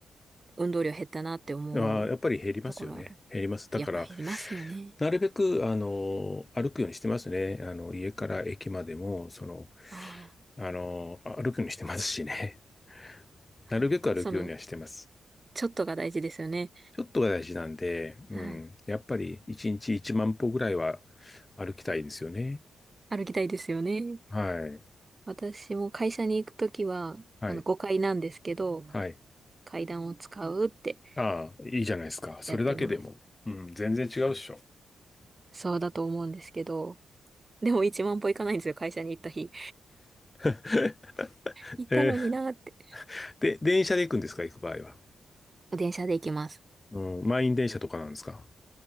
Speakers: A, on the right; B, on the left.
A: 運動量減ったなって思うところある。
B: あー、やっぱり減りますよね。減ります。だから、
A: やっぱ減りますよね。
B: なるべく、あの、歩くようにしてますね。あの、家から駅までも、その、
A: あ
B: あの、歩くようにしてますしね。<laughs> なるべく歩くようにはしてます。
A: あ。はい。その、ちょっとが大事ですよね。
B: ちょっとが大事なんで、うん。
A: はい。
B: やっぱり、1日1万歩ぐらいは歩きたいですよね。
A: 歩きたいですよね。
B: はい。
A: 私も会社に行くときは、
B: はい。
A: あの、5階なんですけど、
B: はい。
A: 階段を使うって
B: ああ、いいじゃないですか。それだけでも。
A: やってます。
B: うん、全然違うっしょ。
A: そうだと思うんですけど、でも1万歩行かないんですよ、会社に行った日。
B: <laughs>
A: 行ったのになって。
B: えーで、電車で行くんですか行く場合は。
A: 電車で行きます。
B: うん、満員電車とかなんですか